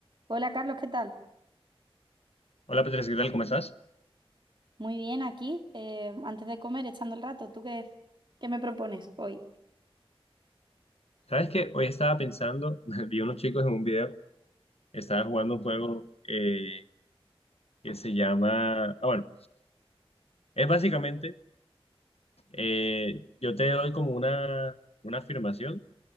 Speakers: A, on the right; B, on the left.
A: Hola Carlos, ¿qué tal?
B: Hola Petres, ¿qué tal? ¿Cómo estás?
A: Muy bien, aquí, eh, antes de comer, echando el rato. ¿Tú qué, qué me propones hoy?
B: Sabes que hoy estaba pensando, <laughs> vi unos chicos en un video, estaban jugando un juego eh, que se llama, ah, bueno, es básicamente, eh, yo te doy como una, una afirmación,